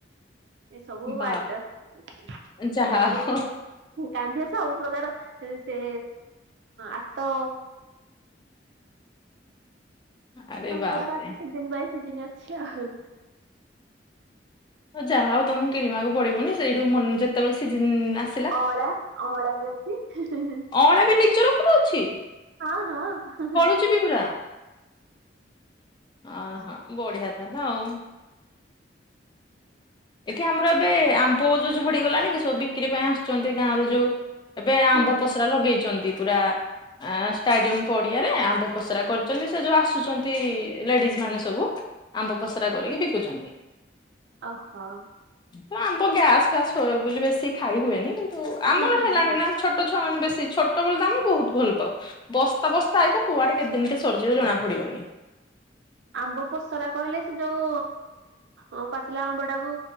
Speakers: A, on the right; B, on the left.
A: ଏ ସବୁ
B: ବାପ
A: ବାଡ଼ିରେ ଅ
B: ଯାହା
A: ଲେମ୍ବୁ। କାନ୍ଧିଆ ସବୁ ପ୍ରକାର ସେ ଆତ
B: ଆରେ
A: ସବୁ
B: ବାପରେ
A: ପ୍ରକାର ସିଜିନ୍ ବାଇ ସିଜିନ୍ ଅଛି ଆଉ।
B: ଯାହା ହଉ ତମକୁ କିଣିବାକୁ ପଡ଼ିବନି ସେଇଠୁ ମୁନ୍ ଯେତେବେଳେ ସିଜିନ୍ ଆସ୍
A: ଅଁଳା ଅଁଳା ବି ଅଛି।
B: ଅଁଳା ବି ନିଜ ରଖରୁ ଅଛି?
A: ହଁ ହଁ ହୁଁ।
B: ଫଳୁଛି ବି ପୁରା ଅହ ବଢ଼ିଆ ତାହେଲେ ଆଉ। ଏଠି ଆମର ଏବେ ଆମ୍ବ ଯୋଉ ଝଡ଼ିଗଲାଣି କି ସବୁ ବିକ୍ରି ପାଇଁ ଆସୁଛନ୍ତି ଗାଁ ରୁ ଯୋଉ ଏବେ ଆମ୍ବ
A: ହୁଁ ହୁଁ
B: ପସରା
A: ହୁଁ
B: ଲଗେଇଛନ୍ତି ପୁରା। ଆଁ ଷ୍ଟାଡିୟମ୍ ପଡ଼ିଆରେ ଆମ୍ବ ପସରା କରୁଛନ୍ତି ସେ ଯେଉ ଆସୁଚନ୍ତି ଲେଡ଼ିଜ ମାନେ ସବୁ ଆମ୍ବ ପସରା କରିକି ବିକୁଛନ୍ତି।
A: ଅହୋ।
B: ନା ଆମ୍ବ ଗ୍ୟାସ୍ ଫ୍ୟାସ୍ ହୁଏ ବୋଲି ବେଶୀ ଖାଇ ହୁଏନି କିନ୍ତୁ
A: ହୁଁ
B: ଆମର
A: ହୁଁ
B: ହେଲାଣି
A: ହୁଁ
B: ନା। ଛୋଟ ଛୁଆ ମାନ ବେଶୀ ଛୋଟ ବେଲେ ତ ଆମେ ବୋହୁତ ଭଲ ପାଉ। ବସ୍ତା ବସ୍ତା ଆଇିବ କୁଆଡ଼େ କେତେଦିନ୍ କେ ସରିଯିବ ଜଣା ପଡ଼ିବନି।
A: ଆମ୍ବ ପସରା କହିଲେ ସେ ଯୋଉ ଅ ପାଚିଲା ଆମ୍ବ ଟାକୁ